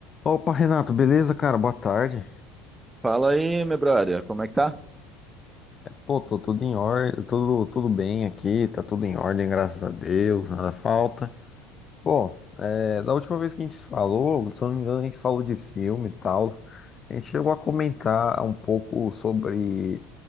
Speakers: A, on the left; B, on the right.
A: Opa, Renato, beleza, cara? Boa tarde.
B: Fala aí, meu brother, como é que tá?
A: Pô, tô tudo em ordem, tudo, tudo bem aqui, tá tudo em ordem, graças a Deus, nada falta. Pô, é, da última vez que a gente falou, se eu não me engano, a gente falou de filme e tal. A gente chegou a comentar um pouco sobre